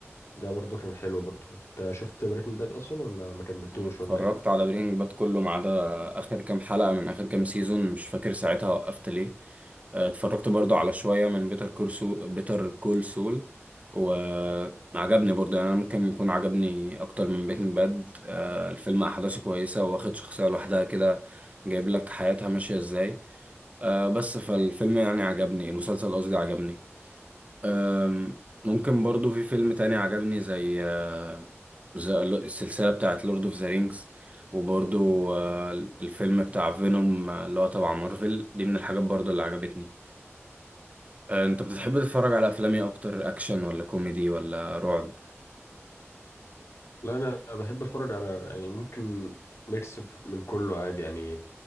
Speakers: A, on the left (about 75°); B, on the right (about 30°).
A: ده برضه كان حلو برضه انت شفت بريكنج باد اصلا ولا ما كملتوش
B: أنا اتفرجت
A: ولا ايه
B: على برينج باد كله ما عدا آخر كام حلقة من آخر كام سيزون مش فاكر ساعتها وقفت ليه آه، اتفرجت برضو على شوية من بيتر كورسو بيتر كول سول وعجبني برضو يعني أنا ممكن يكون عجبني أكتر من برينج باد آه، الفيلم أحداثه كويسة واخد شخصية لوحدها كده جايب لك حياتها ماشية إزاي آه، بس فالفيلم يعني عجبني المسلسل قصدي عجبني أم، ممكن برضو في فيلم تاني عجبني زي آه، زي ال- السلسلة بتاعت لورد اوف ذا رينجز وبرضو آه، الفيلم بتاع فينوم اللي هو تبع مارفل دي من الحاجات برضو اللي عجبتني آه، انت بتحب تتفرج على افلام ايه اكتر اكشن ولا كوميدي ولا رعب
A: لا انا بحب اتفرج على يعني ممكن ميكس ف- من كله عادي يعني